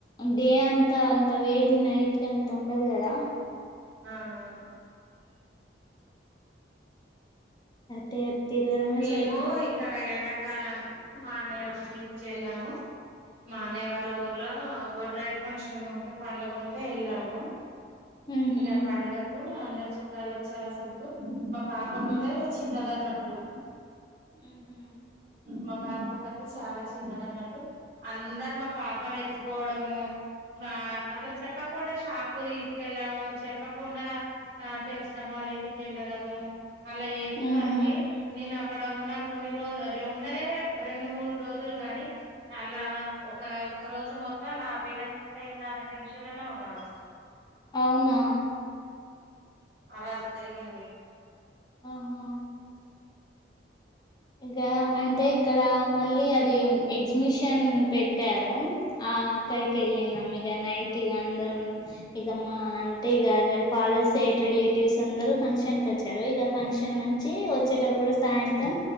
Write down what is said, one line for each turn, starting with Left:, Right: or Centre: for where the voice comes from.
Left: డే అంతా అంత వే నైట్ కి అంత ఉండదు కదా
Right: అవునవును
Left: అటే తిరగడమే
Right: మేము
Left: సరిపోయింది
Right: ఇక్కడ
Left: ఇగ
Right: ఎండాకాలము మా అన్నయ్య వాళ్ళ ఇంటికి వెళ్ళాము మా అన్నయ్య వాళ్ళ ఊర్లో బొడ్రాయి ఫంక్షన్ ఉంటే పండుగ ఉంటే వెళ్ళాము
Left: ఉహు
Right: ఇక పండుగకు అందరు చుట్టాలు వచ్చారు అసలుకు పాప ఒక్కతే
Left: ఉహు
Right: చిన్నదన్నట్టు
Left: హుహు
Right: మా పాప ఒక్కతే చాలా చిన్నది అన్నట్టు అందరు మా పాపను ఎత్తుకోవడము ఆ అసలు చెప్పకుండా షాపూ కు తీసుకెళ్లడం చెప్పకుండా ఆ తెలిసిన వాళ్ళ ఇంటికి వెళ్ళడము అలా చేసిసరికి
Left: ఉహు
Right: నేను అక్కడ ఉన్న కొన్ని రోజులు ఉన్ననే రెండు మూడు రోజులు గాని అలా ఒక ఒక రోజు మొత్తం నా బిడ్డ మిస్ అయిందాన్న టెన్షన్ లోనే ఉన్నాను
Left: అవునా
Right: అలా జరిగింది
Left: ఆహు
Right: <inaudible>
Left: ఇక అంటే ఇక్కడ మళ్ళీ అది ఎగ్జిమిషన్ పెట్టారు ఆ కేళ్ళినాం ఇక నైట్గా అందరం ఇక మా అంటే ఇగ ఫాదర్ సైడ్ రిలేటివ్స్ అందరు ఫంక్షన్ కి వచ్చారు ఫంక్షన్ నుంచి వచ్చేటప్పుడు సాయంత్రం